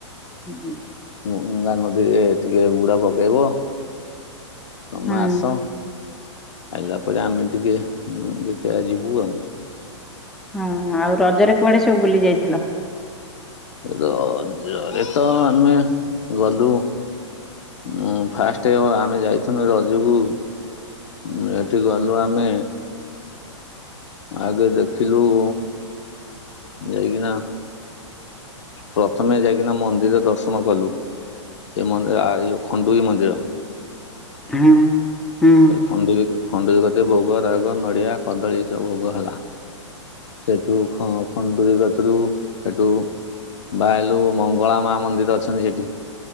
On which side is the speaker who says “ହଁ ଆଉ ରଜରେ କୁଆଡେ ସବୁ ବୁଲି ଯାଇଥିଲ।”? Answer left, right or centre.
Centre